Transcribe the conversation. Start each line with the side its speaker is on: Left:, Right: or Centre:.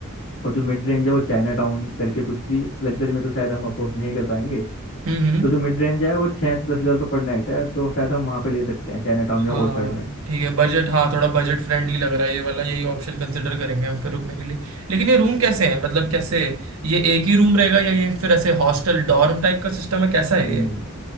Left: और जो मिड रेंज है वो चाइना टाउन करके कुछ थी लग्जरी में तो शायद हम अफोर्ड नहीं कर पाएंगे
Right: हम्म हम्म,
Left: तो जो मिड रेंज है वो छः से दस हज़ार रुपये पर नाइट है तो शायद हम वहाँ पे ले सकते हैं चाइना टाउन या
Right: हाँ
Left: ओर्चर्ड में
Right: ठीक है बजट हाँ थोड़ा बजट फ्रेंडली लग रहा है ये वाला यही ऑप्शन कंसिडर करेंगे हम फिर रुकने के लिए लेकिन ये रूम कैसे हैं मतलब कैसे ये एक ही रूम रहेगा या ये फिर ऐसे हॉस्टल डॉर्म टाइप का सिस्टम है कैसा है
Left: हम्म,
Right: ये